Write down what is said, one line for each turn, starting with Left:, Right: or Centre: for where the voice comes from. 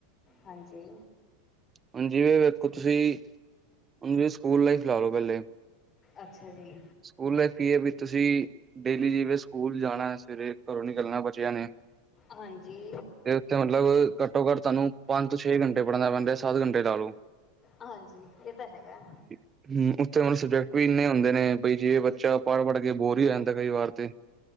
Left: ਹਾਂਜੀ।
Right: ਹਾਂਜੀ, ਵੇਖੋ ਤੁਸੀਂ ਸਕੂਲ ਲਾਈਫ ਲਾ ਲਓ ਪਹਿਲੇ।
Left: ਅੱਛਾ ਜੀ,
Right: ਸਕੂਲ ਲਾਈਫ ਕੀ ਐ ਵੀ ਤੁਸੀਂ ਡੇਲੀ ਜਿਵੇਂ ਸਕੂਲ ਜਾਣਾ ਸਵੇਰੇ ਘਰੋਂ ਨਿਕਲਣਾ ਬੱਚਿਆਂ ਨੇ
Left: ਹਾਂਜੀ,
Right: ਤੇ ਉੱਥੇ ਮਤਲਬ ਘੱਟੋ ਘੱਟ ਤੁਹਾਨੂੰ ਪੰਜ ਤੋਂ ਛੇ ਘੰਟੇ ਪੜ੍ਹਨਾ ਪੈਂਦਾ ਸੱਤ ਘੰਟੇ ਲਾ ਲਓ
Left: ਹਾਂਜੀ ਇਹ ਤਾਂ ਹੈਗਾ।
Right: ਹੁਣ, ਉੱਥੇ ਹੁਣਬ ਸਬਜੈਕਟ ਵੀ ਇਨੇ ਹੁੰਦੇ ਨੇ ਵੀ ਜੇ ਬੱਚਾ ਪੜ੍ਹ ਪੜ੍ਹ ਕੇ ਬੋਰ, ਵੀ ਹੋ ਜਾਂਦਾ ਕਈ ਵਾਰ ਤੇ